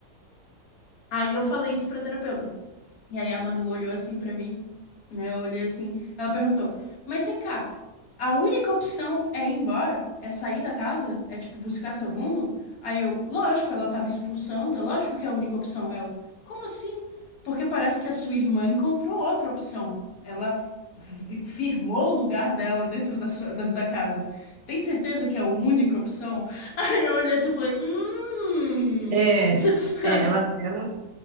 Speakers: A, on the left; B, on the right.
A: Aí eu falei isso pra terapeuta. E aí a Manu olhou assim pra mim, né? Eu olhei assim. Ela perguntou: Mas vem cá, a única opção é ir embora? É sair da casa? É tipo buscar seu rumo? Aí eu, lógico, ela tá me expulsando, é lógico que é a única opção. Ela, como assim? Porque parece que a sua irmã encontrou outra opção. Ela fi- firmou o lugar dela dentro da, sua- dentro da casa. Tem certeza que é a única opção? <laughs> Aí eu olhei assim e falei: Hum.
B: É,
A: <laughs>
B: é, ela, ela